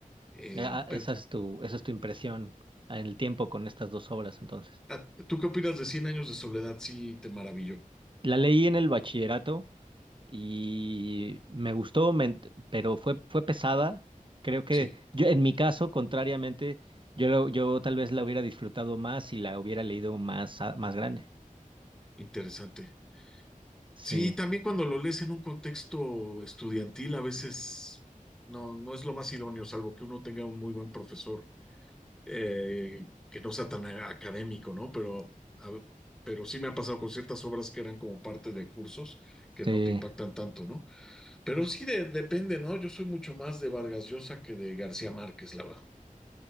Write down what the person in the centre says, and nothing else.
Eh,
pe-
Ah, ¿Tú qué opinas de Cien años de soledad? Sí, te maravilló.
Sí,
interesante.
Sí, también cuando lo lees en un contexto estudiantil, a veces no, no es lo más idóneo, salvo que uno tenga un muy buen profesor eh, que no sea tan a- académico, ¿no? Pero, a pero sí me ha pasado con ciertas obras que eran como parte de cursos que
no te impactan tanto, ¿no? Pero sí de- depende, ¿no? Yo soy mucho más de Vargas Llosa que de García Márquez, la verdad.